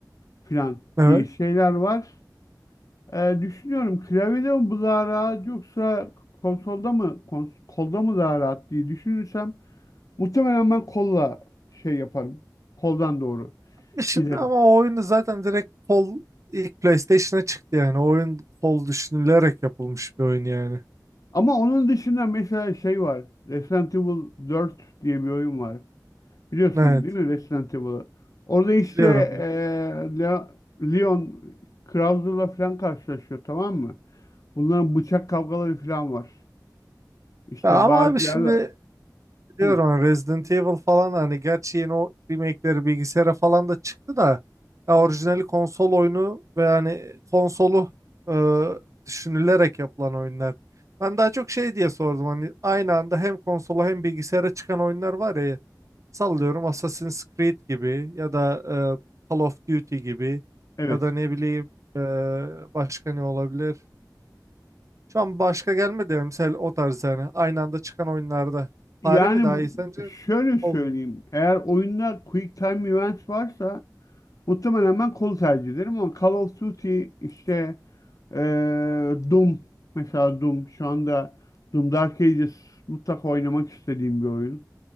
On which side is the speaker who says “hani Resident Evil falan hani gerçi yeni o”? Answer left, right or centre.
Right